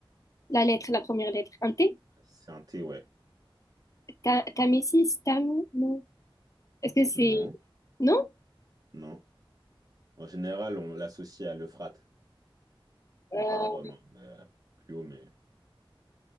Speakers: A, on the left; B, on the right.
A: La lettre, la première lettre. Un T?
B: C'est un T, ouais.
A: Ta- Tamésis? Tam... Non. Est-ce que c'est...
B: Non,
A: Non?
B: non. En général, on l'associe à l'Euphrate.
A: Euh,
B: mais pas à Rome, hein, mais, euh, plus haut, mais